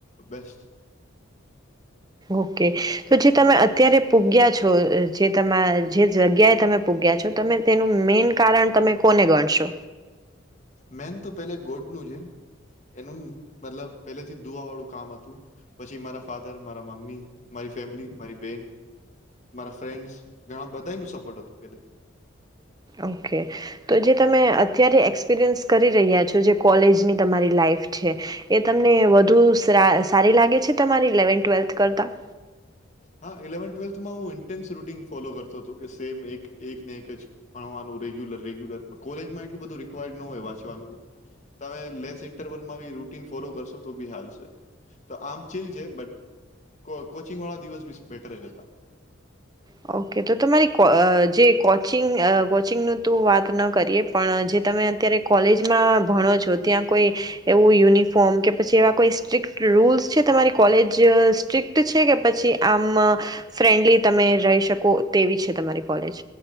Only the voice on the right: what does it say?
ઓકે તો જે તમે અત્યારે પૂગ્યા છો જે તમા જે જગ્યાએ તમે પૂગ્યા છો. તમે તેનું મેન કારણ તમે કોને ગણશો?
ઓકે તો જે તમે અત્યારે એક્સપિરિયન્સ કરી રહ્યા છો જે કોલેજની તમારી લાઈફ છે એ તમને વધુ સા સારી લાગે છે તમારી ઇલેવન્થ ટ્વેલ્થ કરતાં?
ઓ કે તો તમારી કો અ જે કોચિંગ કોચિંગનું તુ વાત ન કરીએ પણ જે તમે અત્યારે કોલેજમાં ભણો છો ત્યાં કોઈ એવું યુનિફોર્મ કે પછી એવા કોઈ સ્ટ્રિક્ટ રૂલ્સ છે તમારી કોલેજ સ્ટ્રિક્ટ છે કે પછી આમ ફ્રેન્ડલી તમે રહી શકો તેવી છે તમારી કોલેજ